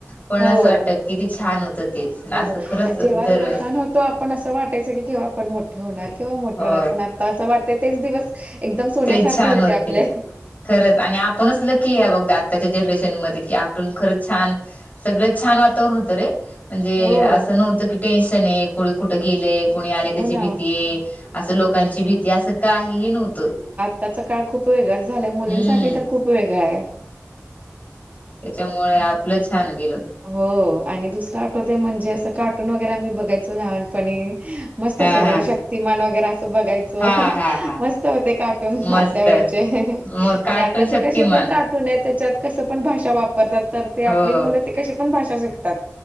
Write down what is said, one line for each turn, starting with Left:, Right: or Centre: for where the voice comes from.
Left: पण
Right: हो.
Left: असं वाटत की ती छान होत तेच
Right: हो
Left: असं खरंच
Right: जेव्हा
Left: दरवेळेस.
Right: लहान होतो आपण असं वाटायचं की किंवा आपण मोठे होणार, किंवा मोठे
Left: हो
Right: होणार, पण आता असं वाटतं तेच दिवस एकदम सोन्यासारखे
Left: तेच छान
Right: होते आपले.
Left: खरंच आणि आपणच लकी या बघत आत्ताच्या जनरेशनमध्ये कि आपण खरंच छान. सगळं छान वातावरण होतं रे! म्हणजे
Right: हो,
Left: असं नव्हतं की टेन्शन आहे कोणी कुठं गेलंय. कोणी आले
Right: हो
Left: त्याची भीती
Right: ना.
Left: आहे, असं लोकांची भीती आहे, असं काहीही नव्हतं.
Right: त्याचा काळ खूप वेगळाच झालाय, मुलींसाठी
Left: हम्म
Right: तर खूप वेगळाये.
Left: त्यामुळे आपलं छान गेलं.
Right: हो आणि दुसरं आठवते म्हणजे, असं कार्टून वगैरे आम्ही बघायचो लहानपणी. मस्त
Left: हा
Right: असायचचां
Left: हा
Right: शक्तीमान वगैरे असं बघाय चो,
Left: हा हा हा हा.
Right: मस्त होते कार्टून
Left: मस्त
Right: आपल्या वेळचे,
Left: मग कार्टून
Right: आणि आताचे
Left: शक्तिमान
Right: कसे पण कार्ट पुण्यात त्याच्यात कसं पण भाषा वापरतात, तर ते आपली
Left: हो
Right: मुलं तें कशी पण भाषा शिकतात.